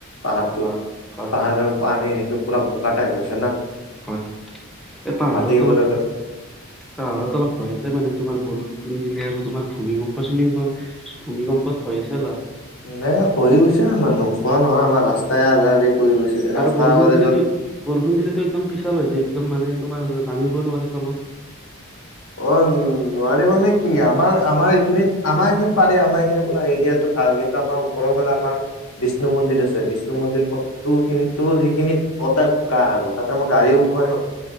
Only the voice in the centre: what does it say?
হয় হয়
হয়
হয়, এ পাহাৰত
অলপ পাহাৰত অলপ ভয় আছে মানে তোমাৰ বৰষুণ দিলে আৰু তোমাৰ ভূমিকম্প চুমিম ভূমিকম্পত ভয় আছে অলপ
আৰু বৰষুণ
দিলেতো,
বৰষুণ দিলেতো একদম পিছাল হৈ যায় একদম মানে তোমাৰ নামিব নোৱাৰি তলত।